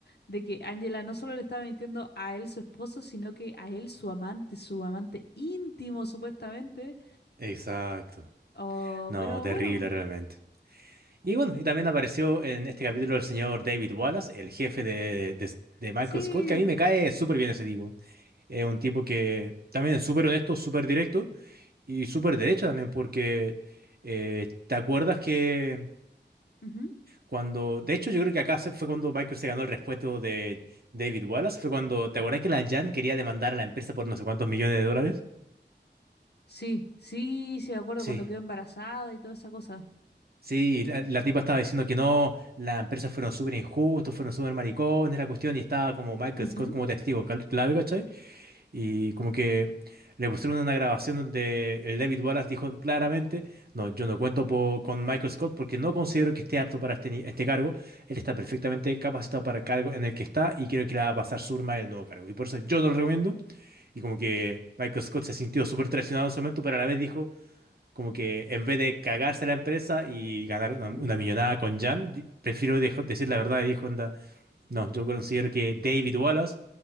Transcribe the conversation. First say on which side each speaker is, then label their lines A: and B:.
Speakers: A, on the left (about 65°); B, on the right (about 55°).
A: de que Angela no solo le estaba mintiendo a él, su esposo, sino que a él, su amante, su amante íntimo, supuestamente.
B: exacto.
A: Oh,
B: No,
A: pero
B: terrible
A: bueno,
B: realmente. Y bueno, y también apareció en este capítulo el señor David Wallace, el jefe de, de, de Michael
A: sí.
B: Scott, que a mí me cae súper bien ese tipo. Es un tipo que también es súper honesto, súper directo. Y súper derecha también, porque eh, te acuerdas que
A: ujú,
B: cuando, de hecho yo creo que acá se- fue cuando Michael se ganó el respeto de David Wallace, fue cuando, ¿te acuerdas que la Jan quería demandar a la empresa por no sé cuántos millones de dólares?
A: Sí, sí, sí, me acuerdo
B: Sí,
A: cuando quedó embarazada y toda esa cosa.
B: sí, la, la tipa estaba diciendo que no, las empresas fueron súper injustos, fueron súper maricones, la cuestión, y estaba como Michael
A: Ujú,
B: Scott como testigo cal- clave, ¿cachai? Y como que le pusieron una grabación donde el David Wallace dijo claramente, no, yo no cuento po- con Michael Scott porque no considero que esté apto para este, ni- este cargo. Él está perfectamente capacitado para el cargo en el que está y creo que le va a pasar surma en el nuevo cargo. Y por eso yo no lo recomiendo. Y como que Michael Scott se sintió súper traicionado en su momento, pero a la vez dijo como que en vez de cagarse la empresa y ganar
A: ujú.
B: una, una millonada con Jan, di- prefiero dejo- decir la verdad y dijo, onda, no, yo considero que David Wallace